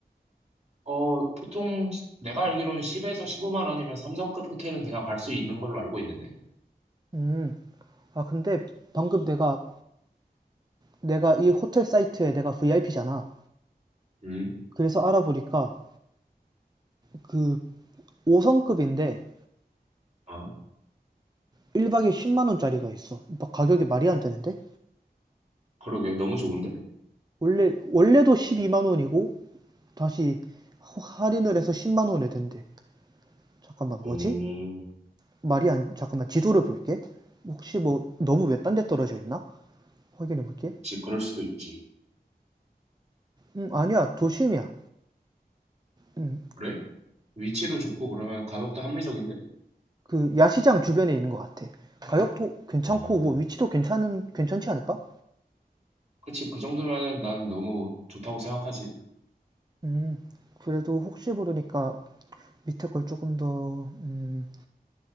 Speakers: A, on the right; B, on the right.
A: 어, 보통 내가 알기로는 10에서 15만 원이면 삼성급 호텔은 그냥 갈 수 있는 걸로 알고 있는데.
B: 음, 아 근데 방금 내가 내가 이 호텔 사이트에 내가 VIP잖아.
A: 음,
B: 그래서 알아보니까 그 5성급인데
A: 아,
B: 1박에 10만 원짜리가 있어. 막 가격이 말이 안 되는데?
A: 그러게. 너무 좋은데?
B: 원래 원래도 12만 원이고 다시 할인을 해서 10만 원에 된대. 잠깐만
A: 오,
B: 뭐지? 말이 안 잠깐만 지도를 볼게. 혹시 뭐 너무 왜 딴 데 떨어져 있나? 확인해 볼게.
A: 그치, 그럴 수도 있지.
B: 음, 아니야. 도심이야. 음,
A: 그래? 위치도 좋고 그러면 가격도 합리적인데?
B: 그 야시장 주변에 있는 것 같아. 가격도 괜찮고
A: 어,
B: 뭐 위치도 괜찮은 괜찮지 않을까?
A: 그치. 그 정도면은 난 너무 좋다고 생각하지.
B: 음, 그래도 혹시 모르니까 밑에 걸 조금 더 음,